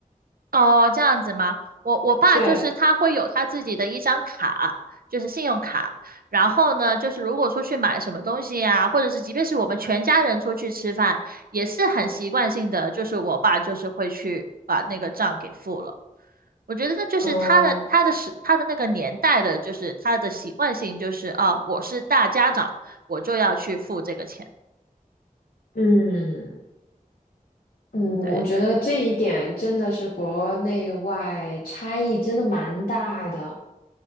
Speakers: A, on the right; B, on the left.
A: 哦，这样子吗？我我爸就是他会有他自己的一张卡，
B: <laughs> 对，
A: 就是信用卡。然后呢，就是如果出去买什么东西呀、或者是即便是我们全家人出去吃饭，也是很习惯性的，就是我爸就是会去把那个账给付了。我觉得这就是他的他的时他的那个年代的，
B: 哦，
A: 就是他的习惯性，就是啊，我是大家长，我就要去付这个钱。
B: 嗯。嗯，
A: 对对对。
B: 我觉得这一点真的是国内外差异真的蛮大的。